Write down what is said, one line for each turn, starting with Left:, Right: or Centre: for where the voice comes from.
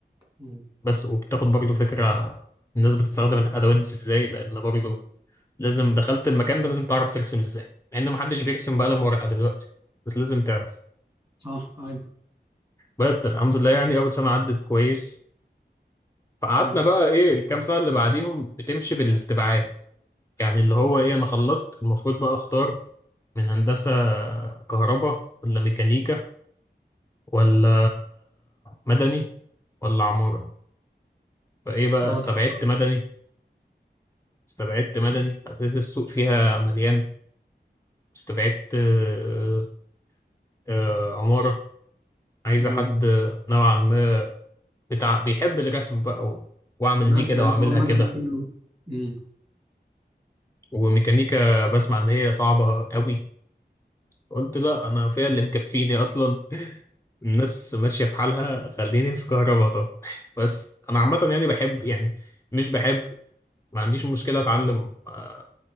Right: مم.
Left: بس وبتاخد برضو فكرة الناس بتستخدم الأدوات دي ازاي لأن برضو لازم دخلت المكان ده لازم تعرف ترسم ازاي مع ان محدش بيرسم بقلم ورقه دلوقتي بس لازم تعرف
Right: صح ايوه
Left: بس الحمد لله يعني اول سنه عدت كويس فقعدنا
Right: مم.
Left: بقى ايه الكام سنه اللي بعديهم بتمشي بالاستبعاد يعني اللي هو ايه انا خلصت المفروض بقى اختار من هندسه كهرباء ولا ميكانيكا ولا مدني ولا عماره فايه بقى
Right: اه
Left: استبعدت
Right: تختار
Left: مدني استبعدت مدني اساس السوق فيها مليان استبعدت آه، آه، عماره عايزه
Right: مم.
Left: حد نوعا ما بتاع بيحب الرسم بقى و... واعمل
Right: الرسم
Left: دي كده
Right: عارف،
Left: واعملها
Right: هو المدني
Left: كده
Right: كله مم.
Left: وميكانيكا بسمع ان هي صعبة قوي قلت لا انا فيها اللي مكفيني اصلا الناس ماشية في حالها خليني في كهربا طب <laughs> بس انا عامة يعني بحب يعني مش بحب ما عنديش مشكلة اتعلم آه،